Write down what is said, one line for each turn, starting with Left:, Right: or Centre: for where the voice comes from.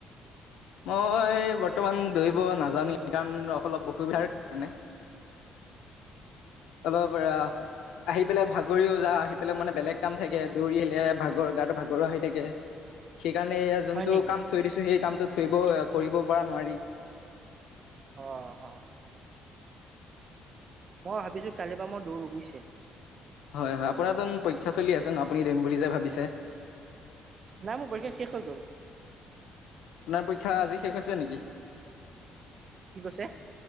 Left: মই বৰ্তমান দৌৰিব নাজাও নেকি কাৰণ অলপ অসুবিধাৰ কাৰণে। অলপ পৰা। আহি পেলাই ভাগৰিও যা আহি পেলাই মানে বেলেগ কাম থাকে দৌৰি আহিলে ভাগৰ গাটো ভাগৰুৱা হৈ থাকে।
Right: হয় <unintelligible>
Left: সেইকাৰণে এয়া যোনটো
Right: নেকি?
Left: কাম থৈ দিছো সেই কামটো থৈ দিছোঁ কৰিব পৰা নোৱাৰি।
Right: অ' হয়। মই ভাবিছো কালিৰ পৰা মই দৌৰো বুজিছে
Left: হয়-হয় আপোনাৰ টোন প শিক্ষা চলি আছে ন আপুনি দিম বুলি যে ভাবিছে।
Right: নাই মোৰ পৰীক্ষা শেষ হৈ গল।
Left: আপোনাৰ পৰীক্ষা আজি শেষ হৈছে নেকি?
Right: কি কৈছে?